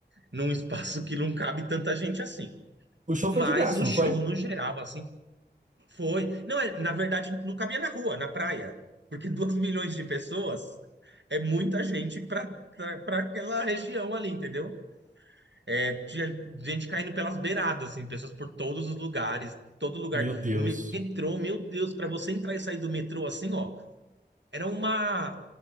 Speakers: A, on the right; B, on the right.
A: num espaço que não cabe tanta gente assim.
B: O show foi
A: Mas
B: de graça,
A: o
B: não
A: show,
B: foi?
A: no geral, assim, foi. Não, é, na verdade, não cabia na rua, na praia. Porque <laughs> 2 milhões de pessoas é muita gente para para aquela região ali, entendeu? É, Tinha gente caindo pelas beiradas, assim, pessoas por todos os lugares, todo lugar.
B: Meu Deus.
A: O metrô, meu Deus, para você entrar e sair do metrô assim, ó, era uma.